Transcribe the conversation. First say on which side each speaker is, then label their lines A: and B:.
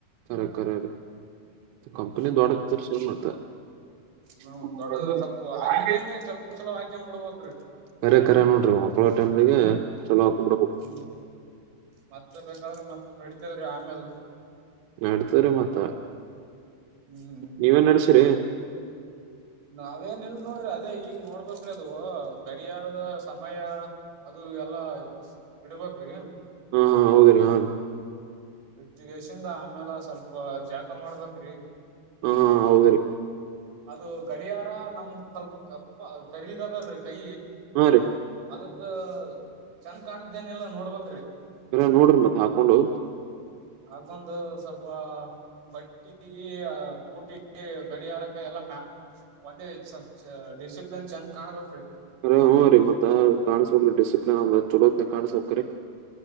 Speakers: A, on the right; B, on the right.
A: ಅಖರಖರ ರ ಕಂಪನಿ ದಡ ಶೇಮ ಮತ
B: ಹ್ಮ್
A: ಹ್ಮೊ
B: ದೊಡ್ಡದು ಸ್ವಲ್ಪ ಹಾಕಿ ಟೈಮ್ಗೆ ಚಲೋ ಚಲೋ ಹಾಕೊಂಡ್ ಬಿಡ್ಬೇಕ್ರಿ
A: ಕರೆ ಕರೆ ನೋಡ್ರಿ ಮಕ್ಕಳ ಟೈಮ್್ದಾಗ ಚಲೋ ಬಿಡ್ಬೇಕು
B: ಹ್ಮ್ ಮತ್ತೆ ಬೇಕಾದ್ರರು ಮತ್ತ ನಡತದ್ರಿ ಆಮೇಲ್
A: ನಡ್ತವ್ರ ಮತ್ತ
B: ಹ್ಮ್
A: ನೀವೇನ್ ನಡ್ಸಿರಿ
B: ನಾವೇನ್ ಇಲ್ ನೋಡ್ರಿ ಅದೇ ಈಗ ನೋಡ್ಬೇಕ್ರಿ ಅದು ಗಡಿಯಾರದ ಸಮಯ ಅದು ಎಲ್ಲಾ ಇಡ್ಬೇಕ್ರಿ
A: ಹಾ ಹಾ ಹೌದ್ರಿ ಹಾ ರಿ
B: ಇಟ್ಟಗೇಶಿಂದ ಆಮ್ಯಾಲ ಸ್ವಲ್ಪ ಜಳಕ ಮಾಡ್ಬೇಕ್ರಿ
A: ಹಾ ಹೌದ್ರಿ
B: ಅದು ಗಡಿಯಾರ ನಮ್ದ ಸ್ವಲ್ಪ ಕಪ್ಪ ಖರೀದ್ ಅದಲ್ರಿ ಕೈ
A: ಹಾ ರೀ
B: ಅದಕ್ಕ ಚಂದ ಕಾಣತದೆನಿಲ್ಲ ನೋಡ್ಬಕ್ ರೀ
A: ಕರೆ ನೋಡ್ರಿ ಮತ್ ಹಾಕೊಂಡು
B: ಆಕಂದು ಸ್ವಲ್ಪ ಬಟ್ಟಿಗಿ ಬೂಟಿಗಿ ಗಡಿಯಾರಕ್ಕೆ ಎಲ್ಲ ಮ ಒಂದೇ ಡಿಸಿಪ್ಲಿನ್ ಚೆಂದ್ ಕಾಣಬೇಕ್ರೀ
A: ಕರೆ ಹ್ಮ್ ರೀ ಮತ್ತೆ ಕಾಣಿಸಬೇಕ್ರೀ ಡಿಸಿಪ್ಲಿನ್ ಚಲೋತ್ ಕಾಣಸಬೇಕ್ರೀ